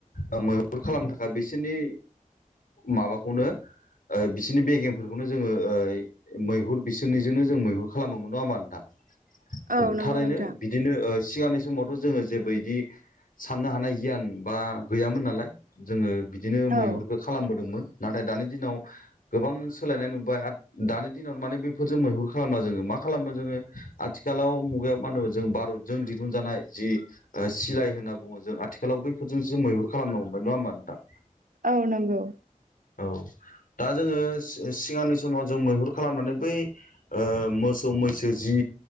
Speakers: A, on the left; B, on the right.
A: ओ मैहुर खालामनो थाखाय बिसोरनि माबाखौनो ओ बिसोरनि बेगेमफोरखौनो जोंङो ओइ मैहुर बिसोरनिजोंनो जों मैहुर खालामोमोन नंङा होनबा नोंथां ओ‌
B: औ नंगौ
A: थारैनो
B: नोंथां
A: बिदिनो ओ सिगांनि समावथ जोंङो जेबो इदि साननो हानाय गियान बा गैयामोन नालाय जोंङो बिदिनो मैहुरखौ
B: औ
A: खालामबोदोंमोन नाथाय दानि दिनाव गोबां सोलायनाय नुबाय आरो दानि दिनाव माने बेफोरजों मैहुर खालामला जोंङो मा खालामो जोंङो आथिखालाव मुगायाव मा होनो जों भारतजों दिरुनजानाय जि सिलाय होनना बुङो जों आथिखालाव बैफोरजोंसो मैहुर खालामनो हमबाय नंङा होमबा नोंथां
B: औ नोंगौ
A: औ दा जोंङो सिगांनि समाव जों मैहुर खालामनानै बै ओ मोस मोसौ मैसो जि